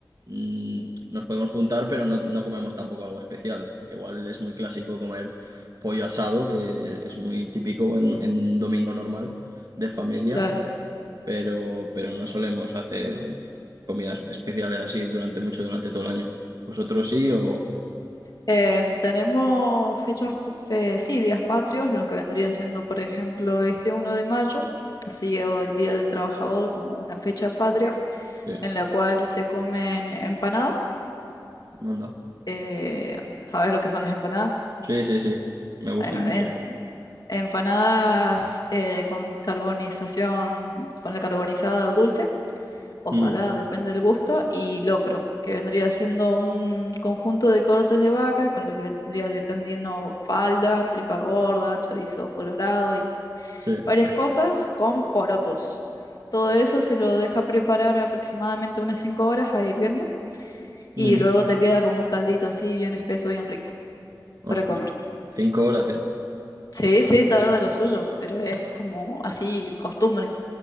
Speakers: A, on the right; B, on the left.
A: mm, nos podemos juntar, pero no, no comemos tampoco algo especial. Igual es muy clásico comer pollo asado, que es muy típico en, en un domingo normal de familia,
B: Claro.
A: pero, pero no solemos hacer comidas especiales así durante mucho, durante todo el año. ¿Vosotros sí o...?
B: Eh, tenemos fechas, fe- sí, días patrios, lo que vendría siendo, por ejemplo, este uno de mayo, así o el Día del Trabajador como una fecha patria,
A: Sí,
B: en la cual se comen empanadas.
A: anda.
B: Eh, ¿sabes lo que son las empanadas?
A: Sí, sí, sí. Me
B: Bueno,
A: gusta mucho.
B: en- empanadas eh, con carbonización, con la carbonizada dulce o
A: Ujú,
B: salada, depende del gusto, y locro, que vendría siendo un conjunto de cortes de vaca, con lo que vendría si tendiendo falda, tripa gorda, chorizo colorado y
A: Sí.
B: varias cosas con porotos. Todo eso se lo deja preparar aproximadamente unas 5 horas a hirviendo
A: Ujú.
B: y luego te queda como un caldito así bien espeso, bien rico
A: Ostras.
B: para comer.
A: Cinco horas, ¿eh?
B: Sí, sí, tarda lo suyo, pero es como así costumbre